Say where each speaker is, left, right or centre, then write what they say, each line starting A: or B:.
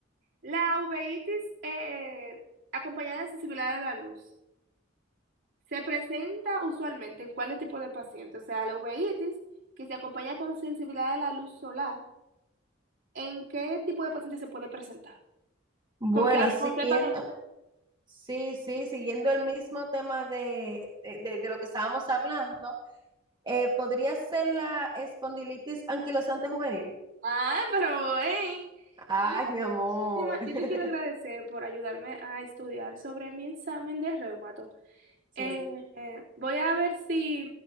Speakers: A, on the right; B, on the right.
A: La uveitis eh, acompañada de sensibilidad de la luz se presenta usualmente en cuál tipo de paciente. O sea, la uveitis que se acompaña con sensibilidad de la luz solar ¿En qué tipo de paciente se puede presentar?
B: Bueno,
A: ¿Con qué,
B: siguiendo.
A: con qué patología?
B: Sí, sí, siguiendo el mismo tema de, de- de- de lo que estábamos hablando, eh, podría ser la espondilitis anquilosante juvenil.
A: Ah, pero ven.
B: Ay,
A: Muchísima-
B: mi amor. <laughs>
A: Yo te quiero agradecer por ayudarme a estudiar sobre mi examen de reumato.
B: Sí,
A: Eh, voy a ver si